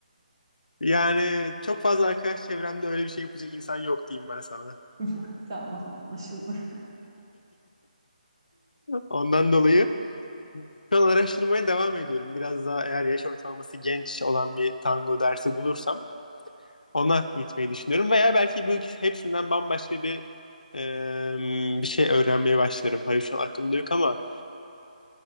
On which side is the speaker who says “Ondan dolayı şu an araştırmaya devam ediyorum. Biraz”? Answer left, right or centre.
Left